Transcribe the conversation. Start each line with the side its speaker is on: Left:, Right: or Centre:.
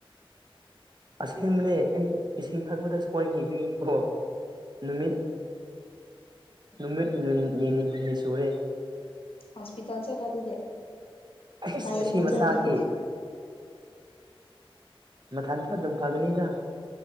Right: ꯑꯁꯦꯡꯕꯅꯦ ꯑꯩ ꯏꯁꯤꯡ ꯊꯛꯄꯗ ꯁꯣꯏꯈꯤꯕꯒꯤꯀꯣ ꯅꯨꯃꯤꯠ ꯅꯨꯃꯤꯠ ꯅꯤꯅꯤ ꯍꯨꯝꯅꯤ ꯁꯨꯔꯦ
Left: ꯍꯣꯁꯄꯤꯇꯥꯜ ꯆꯠꯂꯣ ꯑꯗꯨꯗꯤ
Right: ꯑꯩꯁ
Left: ꯂꯥꯏꯌꯦꯡꯕ
Right: ꯑꯁꯤ ꯃꯆꯥꯥꯒꯤ
Left: ꯆꯠꯂꯣ
Right: ꯃꯊꯟꯇ ꯑꯗꯨꯝ ꯐꯒꯅꯤꯗ